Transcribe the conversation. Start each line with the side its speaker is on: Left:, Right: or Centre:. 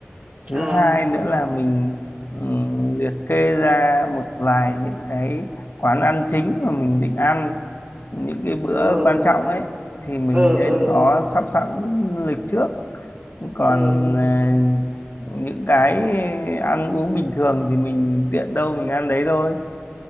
Left: Thứ
Right: ờ
Left: hai nữa là mình ừm, liệt kê ra một vài những cái quán ăn chính mà mình định ăn những cái bữa
Right: ừ
Left: quan trọng ấy thì mình
Right: ừ
Left: nên
Right: ừ
Left: có sắp sẵn lịch trước. Còn
Right: ừ
Left: à, những cái ăn uống bình thường thì mình tiện đâu mình ăn đấy thôi